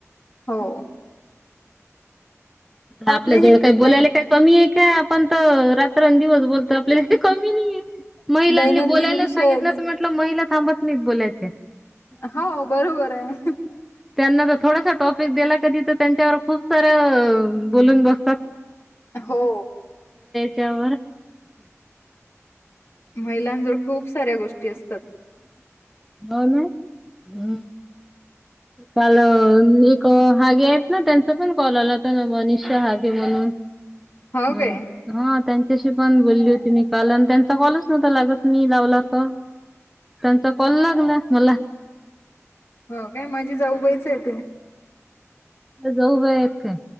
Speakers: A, on the left; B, in the centre.
A: हो.
B: आपल्या
A: आपले
B: जवळ
A: हे
B: काही बोलायला
A: दै
B: काय कमी आहे का आपण तर रा रात्रंदिवस बोलतो आपल्याले काही कमी नाही महिलाले
A: दैनंदिन
B: बोलायले
A: विषयच
B: सांगितलं म्हटल तर महिला थांबत नाही बोलायचे
A: हो बरोबर आहे.
B: त्यांना चा थोडासा टॉप ला कधी तर त्यांच्यावर खूप सऱ्या बोलून बसतात.
A: हो.
B: त्यावर
A: महिलांजवळ खूप साऱ्या गोष्टी असतात.
B: हो ना हम्म. काल एक हागे आहेत ना त्यांचा पण कॉल आला होता मनषा हागे म्हणून
A: हो
B: हम्म
A: काय
B: हा त्यां त्याशी पण बोलली होती मी काल आणि त्यांचा कॉलच नवता लागत नाही लावला तर त्यांचा कॉल लागला मला.
A: हो काय म्हणझे जाऊबाईच आहे ते
B: जाऊ आहेत का